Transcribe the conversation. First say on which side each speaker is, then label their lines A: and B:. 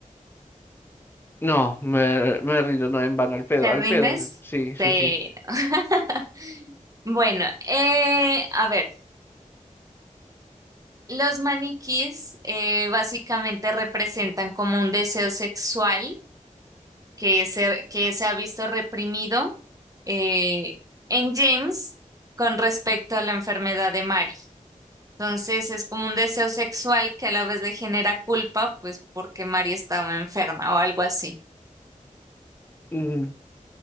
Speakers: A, on the left (about 15°); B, on the right (about 25°).
A: No, me, me rindo, no, en vano, al pedo,
B: ¿Te
A: al
B: rindes?
A: pedo, sí, sí,
B: Pero.
A: sí.
B: <laughs> Bueno, eh, a ver, los maniquís eh, básicamente representan como un deseo sexual que se, que se ha visto reprimido eh, en James con respecto a la enfermedad de Mary. Entonces es como un deseo sexual que a la vez le genera culpa, pues porque Mary estaba enferma o algo así.
A: Mm,